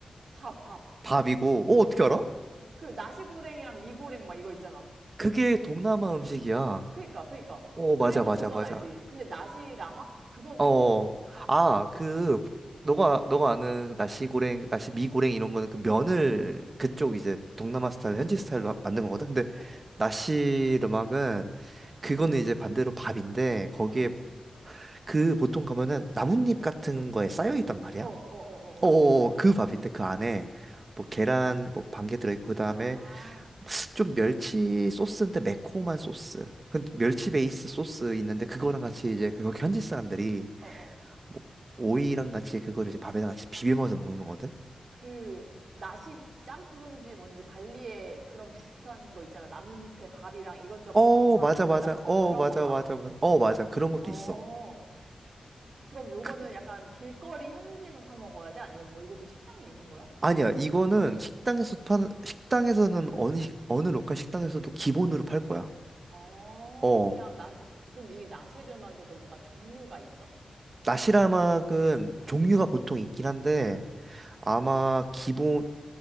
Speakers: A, on the right; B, on the right.
A: 밥, 밥.
B: 밥이고, 어,
A: 어.
B: 어떻게 알아? 어?
A: 그 나시고랭이랑 미고랭 막 이거 있잖아.
B: 그게 동남아 음식이야.
A: 그니까, 그니까.
B: 어,
A: 그래서
B: 맞아, 맞아,
A: 그건
B: 맞아.
A: 알지. 근데 나시라막? 그건
B: 어,
A: 처음 들어봐.
B: 아, 그, 너가, 너가 아는 나시고랭, 나시미고랭 이런 거는 그 면을 그쪽 이제 동남아 스타일, 현지
A: 어,
B: 스타일로
A: 어,
B: 하- 만든 거거든. 근데
A: 어, 어,
B: 나시르막은 그거는 이제 반대로 밥인데 거기에
A: 어, 어, 어,
B: 그 보통 가면은 나뭇잎 같은 거에 쌓여 있단 말이야.
A: 어, 어, 어,
B: 어,
A: 어.
B: 어, 어. 그 밥인데 그 안에 뭐 계란 뭐 반개 들어있고 그다음에
A: 아,
B: 좀 멸치 소스인데 매콤한 소스. 그 멸치 베이스 소스 있는데 그거랑 같이 이제 그 여기 현지 사람들이
A: 어, 어.
B: 뭐 오이랑 같이 그거를 이제 밥에다 같이 비벼 먹어서 먹는 거거든.
A: 그, 나시 짬뿌른지 뭔지 발리에 그런 비슷한 거 있잖아. 나뭇잎에 밥이랑 이것저것
B: 어
A: 반찬
B: 맞아
A: 이렇게
B: 맞아
A: 놔주는
B: 어
A: 그런
B: 맞아
A: 건가?
B: 맞아 맞아 어 맞아 그런 것도
A: 어.
B: 있어.
A: 그럼 요거는
B: 그,
A: 약간 길거리 현지에서 사 먹어야 돼? 아니면 뭐 이것도 식당이 있는 거야?
B: 아니야 이거는 식당에서 파는 식당에서는 어느 식- 어느 로컬 식당에서도 기본으로 팔 거야.
A: 어,
B: 어
A: 그냥 나시, 그럼 이 나실 음악에도 뭔가 종류가 있어?
B: 나시라막은
A: 어,
B: 종류가 보통 있긴 한데
A: 어, 어,
B: 아마 기본